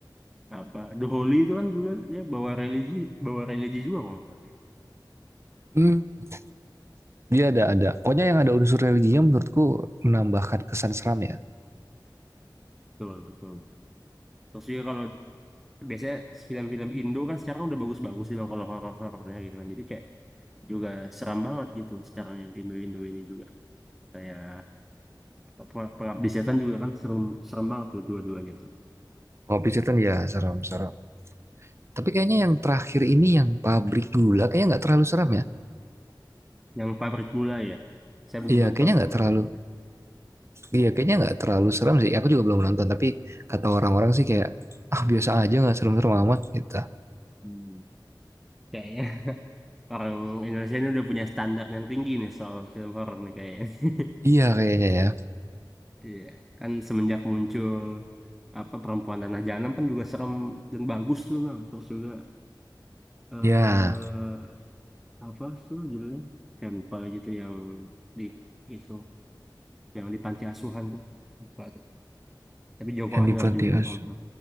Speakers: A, in the centre; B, on the right.
A: apa The Holy itu kan juga ya bawa religi bawa religi juga kalau nggak salah sih.
B: hmm, dia ada ada pokoknya yang ada unsur religinya menurutku menambahkan kesan seram ya
A: betul betul terus juga kalau biasanya film-film Indo kan sekarang udah bagus-bagus sih Bang, kalau horor-horornya gitu kan jadi kayak juga seram banget gitu sekarang yang Indo-Indo ini juga kayak apa Peng- Pengabdi Setan juga kan serem serem banget tuh dua-duanya tuh
B: kalau Bridgerton ya serem serem tapi kayaknya yang terakhir ini yang pabrik gula kayaknya nggak terlalu serem ya
A: yang Pabrik Gula ya saya belum
B: iya
A: nonton
B: kayaknya
A: tuh
B: nggak
A: bang
B: terlalu
A: yang itu
B: Iya, kayaknya nggak terlalu serem sih. Aku juga belum nonton, tapi kata orang-orang sih kayak, ah biasa aja nggak serem-serem amat gitu.
A: Hmm. kayaknya <laughs> orang Indonesia ini udah punya standar yang tinggi nih soal film horor nih kayaknya <laughs>
B: Iya kayaknya ya.
A: Iya, kan semenjak muncul apa perempuan tanah jahanam kan juga serem dan bagus tuh bang terus juga eh
B: Ya,
A: apa tuh judulnya saya lupa lagi tuh yang di itu yang di panti asuhan tuh lupa tuh tapi Joko
B: yang
A: Anwar
B: di Panti
A: juga
B: Asuhan.
A: oh